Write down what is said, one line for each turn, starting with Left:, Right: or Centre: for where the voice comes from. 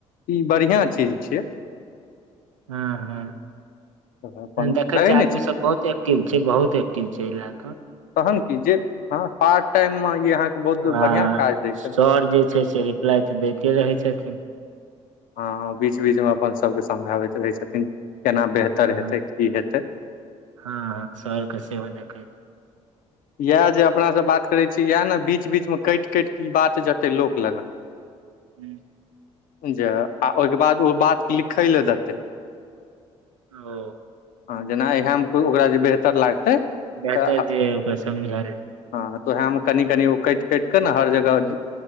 Left: ई बढ़िया चीज छियै।
Right: ह ह
Left: अपन
Right: देखै
Left: रहै
Right: छियै
Left: नहि
Right: आदमी
Left: छै
Right: सभ बहुत एक्टिव छै बहुत एक्टिव छै एहि लए क
Left: तखन की जे ह पार्ट टाइम मे ई अहाँकेँ बहुत
Right: आ
Left: बढ़िआ काज दै छै न
Right: सर जे छै से रिप्लाइ तऽ दैते रहै छथिन
Left: ह बीच बीच मे अपन सभके समझाबैत रहै छथिन केना बेहतर
Right: हँ
Left: हेतै की हेतै
Right: हँ हँ सर के सेहो देखएत
Left: इएह जे अपना से बात करे छी इएह ने बीच बीच में कटि कटि के बात जेते लोक लगन <inaudible>
Right: हूँ
Left: जे आ ओहिके बाद ओ बात लिखै लए देतै
Right: ओ
Left: हँ जेना इएह मे को ओकरा जे बेहतर लागतै
Right: बेहतर
Left: तऽ
Right: जे ओकरा समझायल
Left: हँ तऽ उएह मे कनि कनि ओ कटि कटिकऽ ने हर जगह
Right: हूं